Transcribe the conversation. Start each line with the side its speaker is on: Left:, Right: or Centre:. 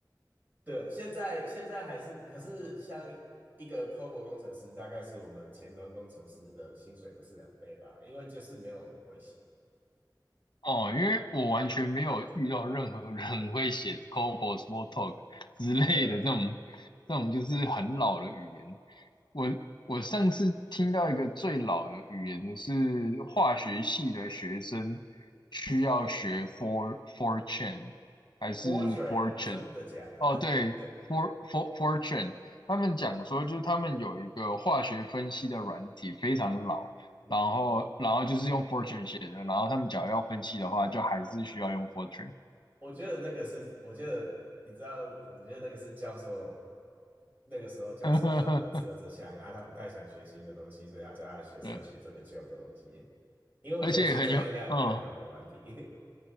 Right: 对，现在现在还是，可是像一个 COBOL 工程师，大概是我们前端工程师的薪水的是两倍吧，因为就是没有人会写。
Left: 哦，因为我完全没有遇到任何人 <laughs> 会写 COBOL、Smalltalk 之类的这种
Right: 对啊
Left: 这种就是很老的语言。我我上次听到一个最老的语言是化学系的学生需要学 for fortune 还是
Right: ，Fortran
Left: fortune？
Right: 啊，真的假的？
Left: 哦，对，for
Right: <laughs>
Left: for fortune，他们讲说就是他们有一个化学分析的软体非常老。
Right: 嗯，
Left: 然后然后就是用 Fortran 写的，然后他们假如要分析的话，就还是需要用 Fortran。
Right: 我觉得那个是，我觉得你知道，我觉得那个是教授那个时候教授学的只有这项啊，
Left: <laughs>
Right: 他不太想学新的东西，所以他叫他的学生学这个旧的东西。
Left: 对，
Right: 因为我觉得现在应该有更好的软体。
Left: 而且很有，嗯，